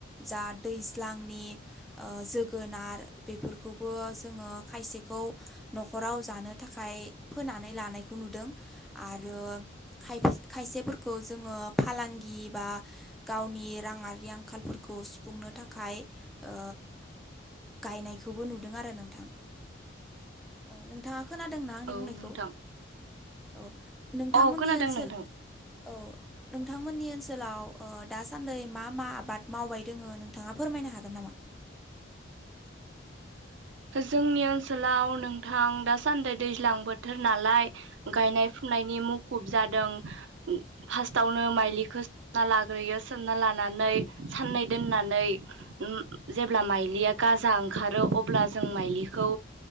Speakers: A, in the centre; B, on the right (about 70°).
A: जा दैज्लांनि ओ जोगोनार बेफोरखौबो जोंङो खायसेखौ खौ न'ख राव जानो थाखाय फोनानै लानायखौ नुदों। आरो खाय खायसेफोरखौ खौ जोंङो फालांगि बा गावनि रांङारि आंखालफोरखौ सुफुंनो थाखाय ओ गायनायखौबो नुदों आरो नोंथां। नोंथांङा खोनादोंना आंनि
B: औ
A: बुंनायखौ?
B: नोंथां
A: औ नोंथांमोननि
B: औ खोनादों
A: ओनसोल
B: नोंथां
A: औ नोंथांमोननि ओनसोलाव ओ दासान्दै मा मा आबाद मावबाय दोंङो नोंथांङा फोरमायनो हागोन नामा?
B: <inaudible> ओ जोंनि ओनसोलाव नोंथां दासान्दि दैज्लां बोथोर नालाय गायनाय-फु नायनि मुखुब जादों। उम फासर्टावनो माइलिखौ सोमना लाग्रोयो, सोमना लाना नानै साननै दोननानै उम जेब्ला माइलिया गाजा ओंखारो अब्ला जों माइलिखौ